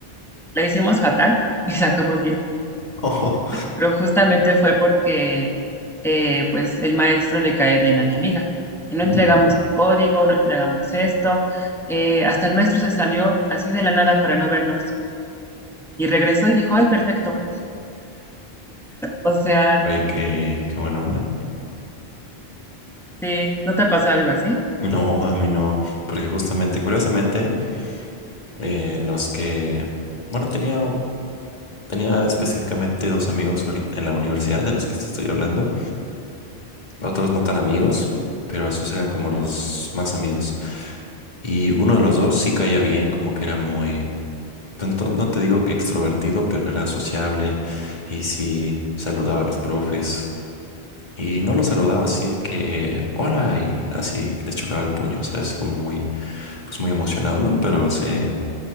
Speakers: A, in the centre; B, on the left.
A: La hicimos fatal y sacamos diez
B: Ojo.
A: pero justamente fue porque eh, pues el maestro le cae bien a mi amiga. Y no
B: Mm.
A: entregamos código, no entregamos esto. eh, hasta el maestro se salió así de la nada para no vernos y regresó y dijo, ay, perfecto. O sea,
B: Oye, qué, qué buena onda.
A: sí, ¿no te ha pasado algo así?
B: No, a mí no, porque justamente, curiosamente, eh, los que, bueno, tenía, tenía específicamente dos amigos ahorita en la universidad de los que te estoy hablando otros no tan amigos, pero esos eran como los más amigos. Y uno de los dos sí caía bien, como que era muy, pues, no, no te digo que extrovertido, pero era sociable y sí saludaba a los profes. Y no los saludaba así de que hola y así les chocaba el puño, ¿sabes? Así como muy, pues muy emocionado, ¿no? Pero se,